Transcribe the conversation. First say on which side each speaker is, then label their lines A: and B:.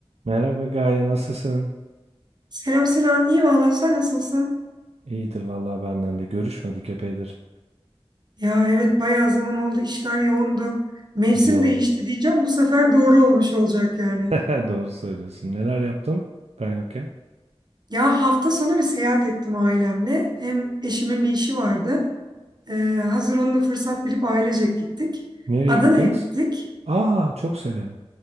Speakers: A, on the right; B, on the right.
A: Merhaba Gaye, nasılsın?
B: Selam Sinan, iyi valla sen nasılsın?
A: İyidir vallahi benden de. Görüşmedik epeydir.
B: Ya evet bayağı zaman oldu işler yoğundu. Mevsim
A: Yoğun.
B: değişti diyeceğim bu sefer doğru olmuş olacak yani.
A: <laughs> Doğru söylüyorsun. Neler yaptın ben yokken?
B: Ya hafta sonu bir seyahat ettim ailemle. Hem eşimin bir işi vardı. Ee, hazır onu da fırsat bilip ailecek gittik.
A: Nereye
B: Adana'ya
A: gittiniz?
B: gittik.
A: Aa, çok severim.